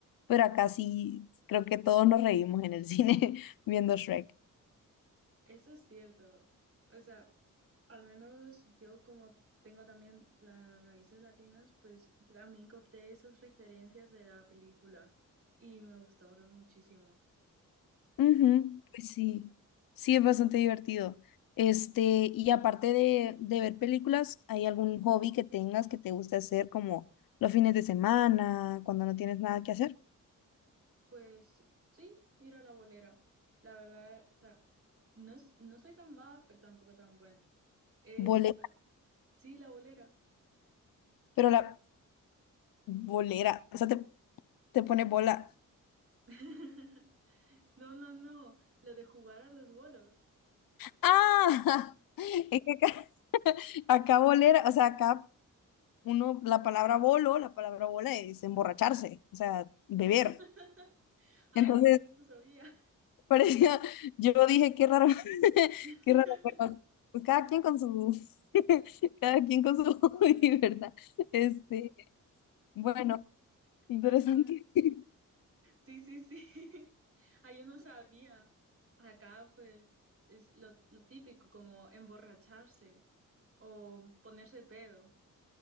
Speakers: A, on the left; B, on the right.
A: Pero acá sí creo que todos nos reímos en el <laughs> cine viendo Shrek.
B: eso es cierto, o sea... Al menos yo como tengo también las raíces latinas, pues también capté esas referencias de la película y me gustaron muchísimo.
A: Ujú, Pues sí, sí es bastante divertido. Este, y aparte de, de ver películas, ¿hay algún hobby que tengas que te guste hacer como los fines de semana, cuando no tienes nada que hacer?
B: Pues sí, ir a la bolera. La verdad, o sea, no, no soy tan mala, pero tampoco tan buena. Es,
A: Bolera,
B: sí, la bolera.
A: pero la bolera, o sea, te, te pone bola.
B: <laughs> No, no, no, lo de jugar a los bolos.
A: ¡Ah! <laughs> Es que acá, acá bolera, o sea, acá uno, la palabra bolo, la palabra bola es emborracharse, o sea, beber.
B: <laughs> Ay,
A: Entonces,
B: eso no sabía.
A: <laughs> Parecía, yo dije, qué raro, <laughs>
B: <laughs>
A: qué raro, pero pues cada quien con su, <laughs> cada quien con su hobby, ¿verdad? Este, bueno, interesante.
B: Ay, madre.
A: <laughs>
B: Sí, sí, sí. <laughs> Ah, yo no sabía. Acá, pues, es lo, lo típico, como emborracharse o ponerse pedo.